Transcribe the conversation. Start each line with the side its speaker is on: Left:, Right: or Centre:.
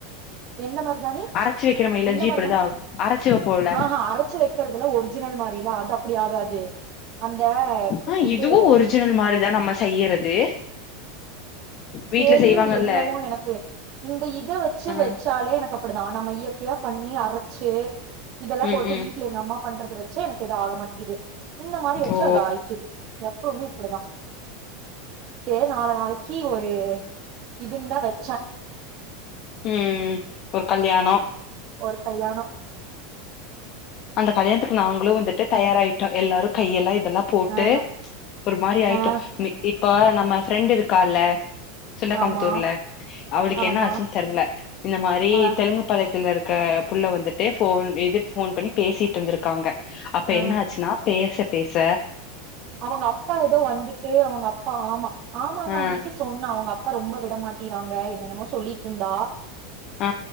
Right: எந்த மருதாணி
Left: அரச்சு வைக்கிற மயிலாஞ்சி
Right: எந்த மருதாணி
Left: இப்டிதா ஆகு அரச்சு வப்போல
Right: ஆஹ அரைச்சு வைக்கிறதுல ஒரு ஒரிஜினல் மாரிலா அது அப்படி ஆகாது அந்த
Left: ஆ
Right: இது
Left: இதுவு ஒரிஜினல் மாரிதா நம்ம செய்யறது வீட்ல
Right: தெரியல
Left: செய்வாங்கல்ல
Right: என்னமோ எனக்கு இந்த இத வச்சு
Left: ஆ
Right: வச்சாலே எனக்கு அப்படிதா நம்ம இயற்கையா பண்ணி அரைச்சு இதெல்லா
Left: ம்
Right: போட்டு
Left: ம்
Right: வீட்ல எங்க அம்மா பண்றது வெச்சா எனக்கு ஆக மாட்டேங்கிது இந்த மாரி வெச்சா
Left: ஓ
Right: அது ஆயிக்குது எப்பவுமே இப்டிதா ஏ நாலு நாளக்கி ஒ து இதுன்தா வச்சா
Left: ம் ம் ம் ஒரு கல்யாணொ
Right: ஒரு கல்யாணொ
Left: அந்த கல்யாண்த்துக்கு நாங்களு வந்துட்டு தயாராய் ட்டோ எல்லாரு கையெல்லா இதெல்லா போட்டு
Right: ஆ
Left: ஒரு மாரி ஆய்ட்டோ
Right: ஆ
Left: இப்ப நம்ம ஃப்ரெண்டு இருக்கால்ல சுண்டக்காமுத்தூர்ல
Right: ஆமா
Left: அவளுக்கு
Right: ஆமா
Left: என்ன ஆச்சுன் தெர்ல இந்த மாரி
Right: ஆ
Left: தெலுங்கு பள <unintelligible> இருக்க புள்ள வந்துட்டு ஃபோன் இது ஃபோன் பண்ணி பேசிட்ருந்துருக்காங்க அப்ப
Right: ஆ
Left: என்ன ஆச்சுன்னா பேசப் பேச
Right: அவங்க அப்பா ஏதோ வந்துட்டு அவங்க அப்பா ஆமா ஆமா ஆமா
Left: ஆ
Right: என்னக்கி சொன்னா அவ்ங்க அப்பா ரொம்ப விடமாட்டி க்காங்க என்னென்னமோ சொல்லிட்ருந்தா
Left: ஆ